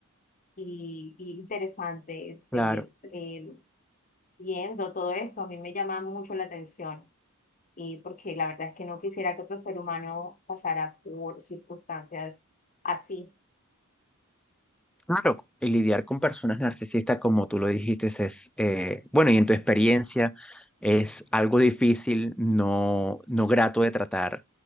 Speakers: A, on the left; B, in the centre.
A: Y, y interesante seguir
B: Claro.
A: eh, viendo todo esto. A mí me llama mucho la atención y porque la verdad es que no quisiera que otro ser humano pasara por circunstancias así.
B: Claro, y lidiar con personas narcisistas, como tú lo dijiste, es, eh, bueno, y en tu experiencia es algo difícil, no, no grato de tratar,